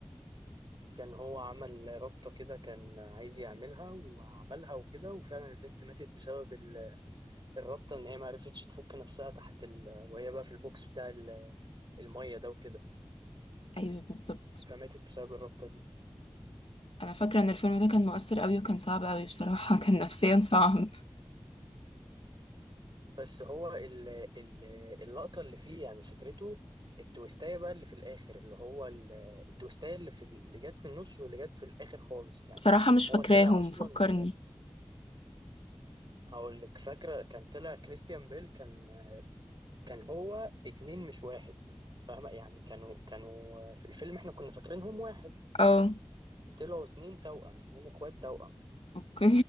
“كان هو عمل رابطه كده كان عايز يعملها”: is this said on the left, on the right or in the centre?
Right